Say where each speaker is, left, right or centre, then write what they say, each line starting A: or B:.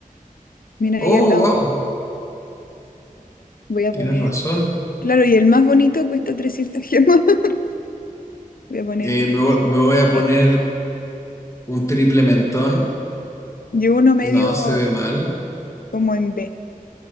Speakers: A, on the left (about 80°); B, on the left (about 20°).
A: Mira
B: Oh,
A: ahí al lado,
B: wow.
A: voy a
B: Tienes
A: poner
B: razón.
A: Claro, y el más bonito cuesta 300 gemas. <laughs> Voy a ponerle
B: Eh, me, vo- me voy a poner
A: este.
B: un triple mentón.
A: Yo uno medio
B: No, se ve mal.
A: como en B.